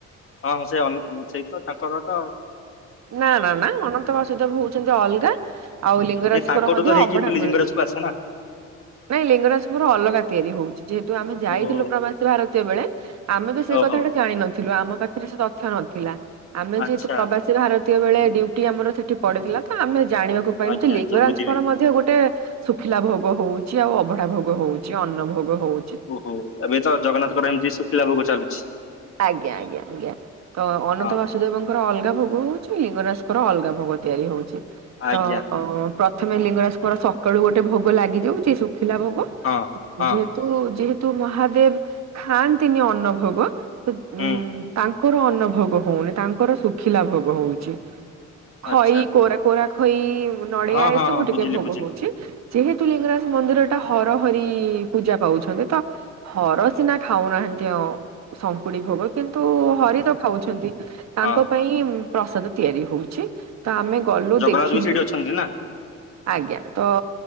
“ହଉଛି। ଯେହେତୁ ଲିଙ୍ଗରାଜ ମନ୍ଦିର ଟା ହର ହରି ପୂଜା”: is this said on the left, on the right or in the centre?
Right